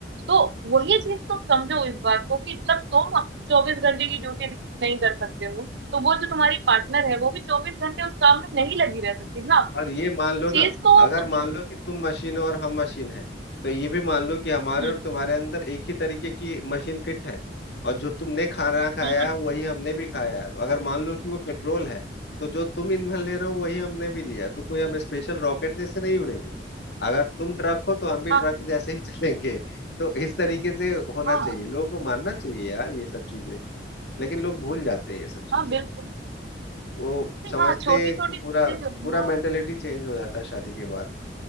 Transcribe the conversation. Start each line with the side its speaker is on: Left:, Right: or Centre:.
Right: तो वही चीज तुम समझो इस बात को कि जब तुम चौबीस घंटे की ड्यूटी नहीं कर सकते हो तो वो जो तुम्हारी पार्टनर है वो भी चौबीस घंटे उस काम में नहीं लगी रह सकती ना
Left: और ये मान लो
Right: चीज
Left: ना
Right: को
Left: अगर
Right: कभी
Left: मान लो कि तुम मशीन हो और हम मशीन हैं तो ये भी मान लो कि हमारे
Right: हम्म
Left: और तुम्हारे अंदर एक ही तरीके की मशीन फिट है और जो तुमने खाना खाया
Right: हम्म हम्म,
Left: है वही हमने भी खाया है तो अगर मान लो कि वो पेट्रोल है तो जो तुम ईंधन ले रहे हो वही हमने भी लिया है। तो कोई हम स्पेशल रॉकेट जैसे नहीं उड़ेंगे अगर तुम ट्रक हो तो हम भी
Right: हाँ
Left: ट्रक जैसे ही <laughs> चलेंगे तो इस तरीके से होना
Right: हाँ
Left: चाहिए लोगों को मानना चाहिए यार ये सब चीजें लेकिन लोग भूल जाते हैं ये सब चीजें
Right: हाँ बिल्कुल
Left: वो
Right: नहीं,
Left: समझते
Right: हाँ छोटी
Left: हैं
Right: छोटी
Left: कि
Right: चीजें
Left: पूरा
Right: जो है
Left: पूरा
Right: ना
Left: मेंटेलिटी चेंज हो जाता है शादी के बाद